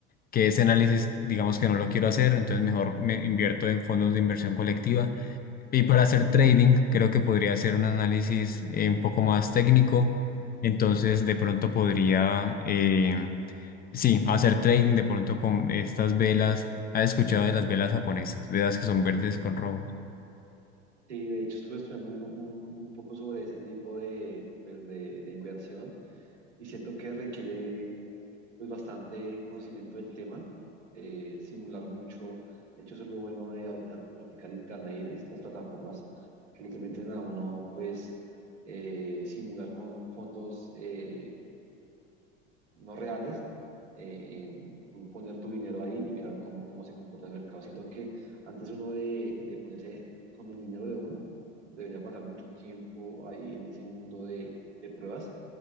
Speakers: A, on the left (about 25°); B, on the right (about 80°).
A: que ese análisis, digamos que no lo quiero hacer, entonces mejor me invierto en fondos de inversión colectiva. Y para hacer trading, creo que podría ser un análisis eh, un poco más técnico, entonces de pronto podría, eh, sí, hacer trading de pronto con estas velas. ¿Has escuchado de las velas japonesas? Velas que son verdes con rojo.
B: sí, de hecho estuve estudiando un, un- un poco sobre ese tipo de, pues, de de inversión y siento que requiere pues bastante conocimiento del tema, eh, simular mucho. De hecho, eso es lo bueno de ahorita, ahorita el internet y las plataformas que le permiten a uno pues eh, simular con fondos eh, no reales, eh, en tú poner tu dinero ahí y mirar cómo, cómo se comporta el mercado. Siento que antes uno de, de ponerse con el dinero de uno, debería pasar mucho tiempo ahí en ese mundo de de pruebas.